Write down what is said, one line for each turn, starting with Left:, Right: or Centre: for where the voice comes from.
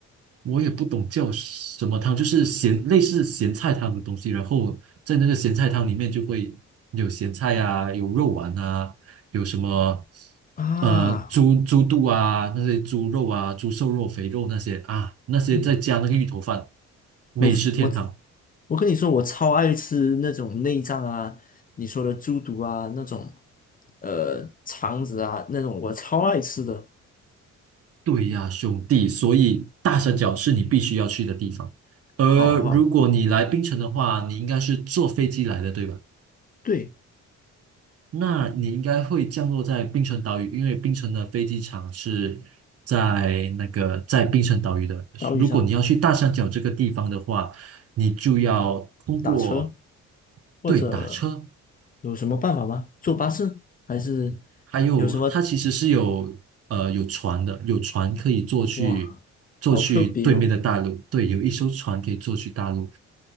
Right: 我也不懂叫什么汤，就是咸类似咸菜汤的东西。然后在那个咸菜汤里面就会有咸菜啊，有肉丸啊，有什么
Left: 啊。
Right: 呃猪猪肚啊，那些猪肉啊，猪瘦肉、肥肉那些啊，那些再加那个芋头饭，
Left: 嗯，
Right: 美食天堂。
Left: 我 f- 我我跟你说，我超爱吃那种内脏啊，你说的猪肚啊，那种呃肠子啊，那种我超爱吃的。
Right: 对呀，兄弟，所以大山脚是你必须要去的地方。而如果你来槟城的话，
Left: 好好，
Right: 你应该是坐飞机来的，对吧？
Left: 对，
Right: 那你应该会降落在槟城岛屿，因为槟城的飞机场是在那个在槟城岛屿的。
Left: 岛屿上
Right: 如果你要去大山脚这个地方的话，你就要通过，
Left: 打车或者
Right: 对，打车。
Left: 有什么办法吗？坐巴士还是
Right: 还有它其实是有呃有船的，
Left: 有什么？
Right: 有船可以坐去坐去对面的大陆，
Left: 哇，好特别哦。
Right: 对，有一艘船可以坐去大陆，